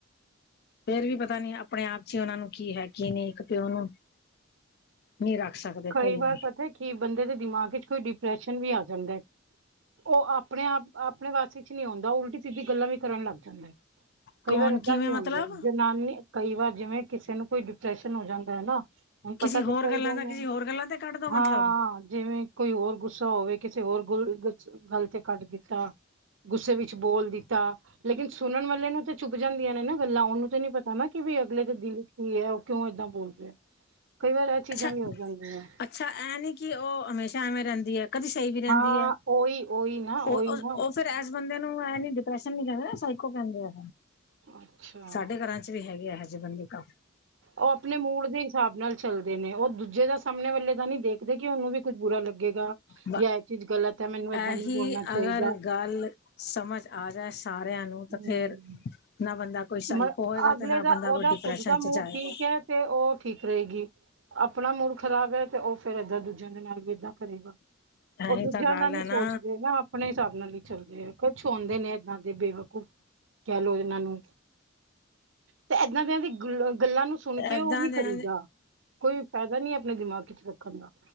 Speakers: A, on the left; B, on the right.
A: ਫੇਰ ਵੀ ਪਤਾ ਨੀ ਆਪਣੇਂ ਆਪ ਕੀ ਉਹਨਾ ਨੂੰ ਕੀ ਹੈ ਕੀ ਨਹੀਂ, ਇੱਕ ਪਿਓ ਨੂੰ ਨੀ ਰੱਖ ਸਕਦੇ
B: ਕਈ
A: ਕੋਈ ਵੀ
B: ਵਾਰ ਪਤਾ ਕਿ, ਬੰਦੇ ਦੇ ਦਿਮਾਗ ਵਿੱਚ ਕੋਈ ਡਿਪ੍ਰੈਸ਼ਨ ਵੀ ਆ ਜਾਂਦਾ ਐ। ਉਹ ਆਪਣੇ ਆਪ, ਆਪਣੇ ਵਸ 'ਚ ਨੀ ਆਉਂਦਾ, ਉਲਟੀ ਸਿੱਧੀ ਗੱਲਾਂ ਵੀ ਕਰਨ ਲੱਗ ਜਾਂਦਾ ਏ। ਕਈ
A: ਕੌਣ
B: ਵਾਰ ਏਦਾਂ
A: ਕਿਵੇਂ
B: ਵੀ
A: ਮਤਲਬ
B: ਹੁੰਦੇ, ਜਨਾਨੀ ਕਈ ਵਾਰ ਜਿਵੇਂ ਕਿਸੇ ਨੂੰ ਕੋਈ ਡਿਪ੍ਰੈਸ਼ਨ ਹੋ ਜਾਂਦਾ ਐ ਨਾ, ਹੁਣ
A: ਕਿਸੇ
B: ਪਤਾ
A: ਹੋਰ
B: ਤੇ ਚੱਲ
A: ਗੱਲਾਂ
B: ਜਾਂਦਾ
A: ਦਾ ਕਿਸੇ ਹੋਰ ਗੱਲਾਂ ਤੇ ਕੱਢ ਦੋ ਮਤਲਬ
B: ਹਾਂ। ਜਿਵੇਂ ਕੋਈ ਹੋਰ ਗੁੱਸਾ ਹੋਵੇ, ਕਿਸੇ ਹੋਰ ਗੁਲ ਗੱਲ ਤੇ ਕੱਡ ਦਿੱਤਾ। ਗੁੱਸੇ ਵਿੱਚ ਬੋਲ ਦਿੱਤਾ, ਲੇਕਿਨ ਸੁਣਨ ਵਾਲੇ ਨੂੰ ਤੇ ਚੁੱਭ ਜਾਂਦੀਆਂ ਨੇ ਨਾ ਗੱਲਾਂ, ਉਹਨੂੰ ਤੇ ਨੀ ਪਤਾ ਨਾ ਕਿ ਵੀ ਅਗਲੇ ਦੇ ਦਿਲ 'ਚ ਕੀ ਐ। ਕਿਉਂ ਏਦਾਂ ਬੋਲਦੇ ਆ, ਕਈ ਵਾਰ ਚੀਜ਼ਾਂ
A: ਅੱਛਾ-ਅੱਛਾ,
B: ਵੀ ਹੋ ਜਾਂਦੀਆਂ
A: ਏ ਨੀ ਕਿ ਉਹ ਹਮੇਸ਼ਾ ਐਵੇਂ ਰਹਿੰਦੀ ਐ। ਕਦੀ ਸਈ ਵੀ ਰਹਿੰਦੀ
B: ਹਾਂ
A: ਐ,
B: ਉਹੀ ਉਹੀ ਨਾ ਉਹੀ
A: ਓ, ਉਹ
B: ਨਾ
A: ਉਸ ਫਿਰ ਏਸ ਬੰਦੇ ਨੂੰ ਇਹ ਨੀ ਡਿਪ੍ਰੈਸ਼ਨ ਨੀ ਕਹਿੰਦੇ ਸਾਈਕੋ ਕਹਿੰਦੇ ਆ,
B: ਅੱਛਾ।
A: ਸਾਡੇ ਘਰਾਂ, ਚ ਵੀ ਹੈਗੇ ਐਹ ਜੇ ਬੰਦੇ ਕਾਫ
B: ਉਹ ਆਪਣੇ ਮੂਡ ਦੇ ਹਿਸਾਬ ਨਾਲ ਚੱਲਦੇ ਨੇ, ਉਹ ਦੂਜੇ ਦਾ ਸਾਹਮਣੇ ਵਾਲੇ ਦਾ ਨੀ ਦੇਖਦੇ ਕਿ ਉਹਨੂੰ ਵੀ ਕੁੱਝ ਬੁਰਾ ਲੱਗੇਗਾ
A: ਹੈ
B: ਜਾਂ ਇਹ ਚੀਜ਼ ਗ਼ਲਤ ਐ, ਮੈਨੂੰ ਏਦਾਂ
A: ਇਹੀ
B: ਨੀ ਬੋਲਣਾ ਚਾਹੀਦਾ।
A: ਅਗਰ ਗੱਲ ਸਮਝ ਆ ਜਾਏ ਸਾਰਿਆਂ ਨੂੰ ਤਾਂ
B: ਹੂੰ।
A: ਫੇਰ, ਨਾ ਬੰਦਾ ਕੋਈ ਸਾਈਕੋ
B: ਮ
A: ਹੋਵੇਗਾ
B: ਅਗਲੇ
A: ਤੇ ਨਾ
B: ਦਾ
A: ਬੰਦਾ
B: ਉਹਦਾ
A: ਕੋਈ ਡਿਪਰੈਸ਼ਨ
B: ਖੁਦ ਦਾ
A: 'ਚ
B: ਮੂਡ
A: ਜਾਏਗਾ।
B: ਠੀਕ ਹੈ ਤੇ ਉਹ ਠੀਕ ਰਹੇਗੀ, ਆਪਣਾ ਮੂਡ ਖ਼ਰਾਬ ਐ ਤੇ ਉਹ ਫੇਰ ਏਦਾਂ ਦੂਜਿਆਂ ਦੇ ਨਾਲ ਵੀ ਏਦਾਂ ਕਰੇਗਾ, ਉਹ
A: ਇਹੀ
B: ਦੂਜਿਆਂ
A: ਤਾਂ ਗੱਲ
B: ਦਾ ਨੀ
A: ਹੈ
B: ਸੋਚਦੇ
A: ਨਾ
B: ਨਾ ਆਪਣੇ ਹਿਸਾਬ ਨਾਲ ਈ ਚੱਲਦੇ ਆ, ਕੁਛ ਹੁੰਦੇ ਨੇ ਏਦਾਂ ਦੇ ਬੇਵਕੂਫ, ਕਹਿ ਲੋ ਇਹਨਾਂ ਨੂੰ ਤੇ ਇਦਾਂ ਦੀਆਂ ਦੀ ਗ ਗੱਲਾਂ ਨੂੰ ਸੁਣ ਕੇ
A: ਏਦਾਂ
B: ਉਹ ਨੀ
A: ਦੇ
B: ਕਰੀਦਾ। ਕੋਈ ਫਾਇਦਾ ਨੀ ਆਪਣੇ ਦਿਮਾਗ 'ਚ ਰੱਖਣ ਦਾ